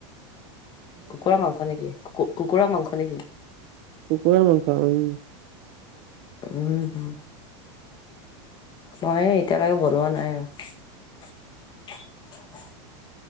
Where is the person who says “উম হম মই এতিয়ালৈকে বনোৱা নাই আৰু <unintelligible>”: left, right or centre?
Left